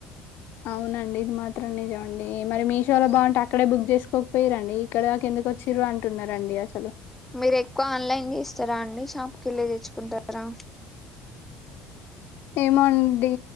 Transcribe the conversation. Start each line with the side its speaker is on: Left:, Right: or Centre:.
Left: అవునండి ఇది మాత్రం నిజం అం డి మరి మీషోలో బాగుంటే అక్కడే బుక్ చేసు పోకపోయిరండి ఇక్కడదాక ఎందుకు వచ్చిర్రు అంటున్నారండి అసలు
Centre: మీరు ఎక్కువ ఆన్లైన్ చేస్తారా అండి షాప్ కెళ్ళి తెచ్చుకుంటారా
Left: ఏమో అండి